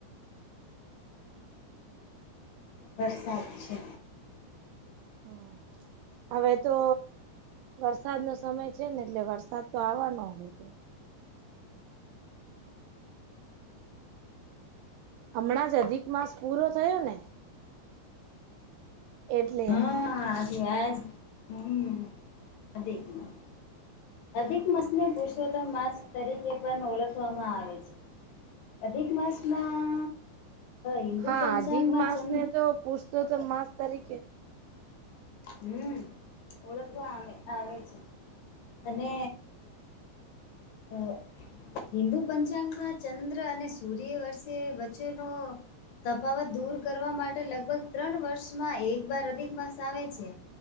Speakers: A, on the left; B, on the right.
A: વરસાદ છે
B: <inaudible> હવે તો વરસાદ નો સમય છે ને એટલે વરસાદ તો આવવાનો હો તો હમણાં જ અધિક માસ પૂરો થયો ને એટલે
A: હા આજ હમિક મ અધિક મસને પુરુષોત્તમ માસ તરીકે પણ ઓળખવામાં આવે છે અધિક માસમાં હિન્દુ
B: હા
A: પંચાંગમાં
B: અધિક માસ
A: છે
B: ને તો પૂછતો માસ તરીકે
A: હમ ઓળખું આવે આવે છે અને અ હિન્દુ પંચાંગમાં ચંદ્ર અને સૂર્ય વર્ષે વચ્ચેનો તફાવત દૂર કરવા માટે લગભગ ત્રણ વર્ષમાં એક બાર અધિક માસ આવે છે